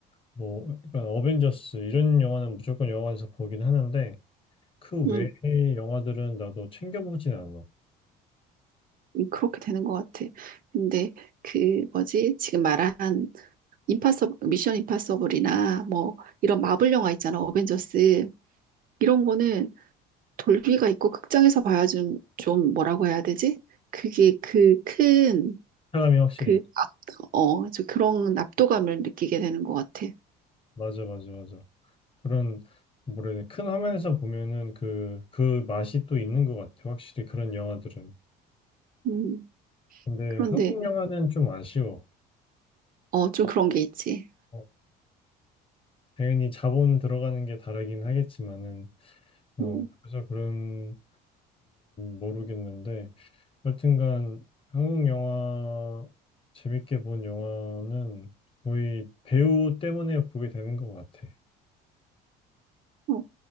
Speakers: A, on the left (about 25°); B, on the right (about 45°).
A: 뭐, 그러니까 어벤져스, 이런 영화는 무조건 영화관에서 보긴 하는데, 그 외의
B: 비- 응,
A: 영화들은 나도 챙겨보진 않아.
B: 응, 그렇게 되는 것 같아. 근데 그 뭐지? 지금 말한 임파서 미션 임파서블이나 뭐 이런 마블 영화 있잖아. 어벤져스 이런 거는 돌비가 있고 극장에서 봐야 좀, 좀 뭐라고 해야 되지? 그게 그 큰
A: 사람이 확실히,
B: 그
A: 있-
B: 압, 어, 저 그런 압도감을 느끼게 되는 것 같아.
A: 맞아, 맞아, 맞아. 그런, 뭐라 해야 되나, 큰 화면에서 보면은 그, 그 맛이 또 있는 것 같아. 확실히 그런 영화들은.
B: 음,
A: 근데
B: 그런데
A: 한국 영화는 좀 아쉬워.
B: 어, 좀 그런 게 있지.
A: 어, 당연히 자본 들어가는 게 다르긴 하겠지만은, 어,
B: 음,
A: 그래서 그런지는 모르겠는데, 여튼간 한국 영화, 재밌게 본 영화는 거의 배우 때문에 보게 되는 것 같아.
B: 어,